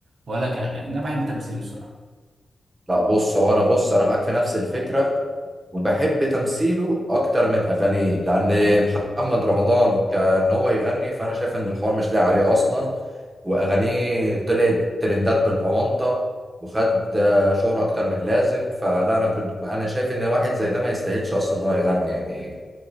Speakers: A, on the right; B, on the right.
A: ولا كأغاني أنا بحب تمثيله الصراحة
B: لا بص هو انا بص انا معاك في نفس الفكره وبحب تمثيله اكتر من اغانيه لان محمد رمضان كان هو يغني فانا شايف ان الحوار مش لاقي عليه اصلا واغانيه طلعت ترندات بالاونطه وخد آه، شهرة اكتر من اللازم فلا انا كنت انا شايف ان واحد زي ده ما يستاهلش اصلا ان هو يغني يعني